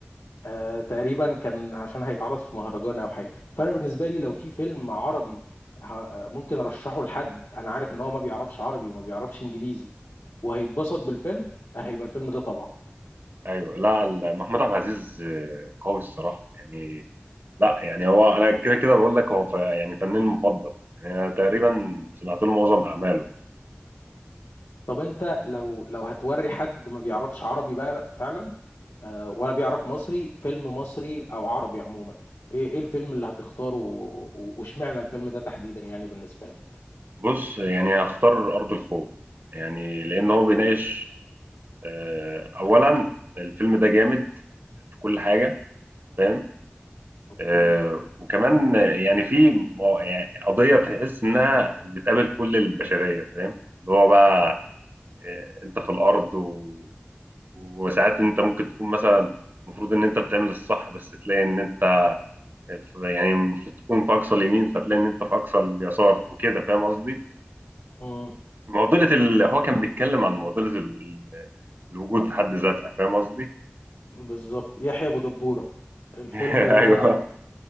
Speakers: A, on the left; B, on the right.
A: آه تقريبا كان عشان هيتعرض في مهرجان او حاجه فانا بالنسبه لي لو في فيلم عربي ه... ممكن ارشحه لحد انا عارف ان هو ما بيعرفش عربي وما بيعرفش انجليزي وهيتبسط بالفيلم هيبقى الفيلم ده طبعا
B: ايوه لا ال- محمود عبد العزيز آه، قوي الصراحه يعني لا يعني هو انا كده كده بقول لك هو ف- يعني فنان مفضل يعني انا تقريبا سمعت له معظم اعماله
A: طب انت لو لو هتوري حد ما بيعرفش عربي بقى, بقى فعلا آه، ولا بيعرف مصري فيلم مصري او عربي عموما ايه ايه الفيلم اللي هتختاره و- و- واشمعنى الفيلم ده تحديدا يعني بالنسبه لك
B: بص يعني هختار ارض الخوف يعني لان هو بيناقش آه، اولا الفيلم ده جامد في كل حاجه فاهم
A: اوكي
B: آه، وكمان يعني في مو- يعني قضية تحس إنها بتقابل كل البشرية فاهم اللي هو بقى آه، أنت في الأرض و... وساعات أنت ممكن تكون مثلا المفروض إن أنت بتعمل الصح بس تلاقي إن أنت في يعني المفروض تكون في أقصى اليمين فتلاقي إن أنت في أقصى اليسار وكده فاهم قصدي؟
A: امم
B: معضلة ال... هو كان بيتكلم عن معضلة ال... ال- الوجود في حد ذاتها فاهم قصدي؟
A: بالظبط يحيى ابو دبوره الفيلم
B: <laughs>
A: ده
B: أيوه